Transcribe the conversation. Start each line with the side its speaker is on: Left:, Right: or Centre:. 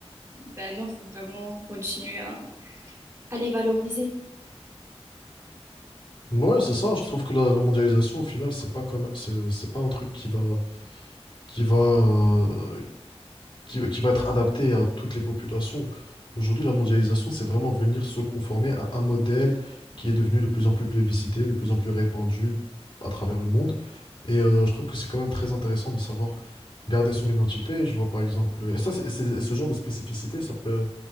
Right: ben non, faut vraiment continuer à, à les valoriser.
Left: Ouais, c'est ça, je trouve que la la mondialisation, au final, c'est pas comme c'est c'est pas un truc qui va qui va, heu qui va qui va être adapté à toutes les populations. Aujourd'hui, la mondialisation, c'est vraiment venir se conformer à un modèle qui est devenu de plus en plus plébiscité, de plus en plus répandu à travers le monde. Et euh, je trouve que c'est quand même très intéressant de savoir garder son identité. Je vois par exemple, et ça, c'est, c'est- ce genre de spécificité, ça peut,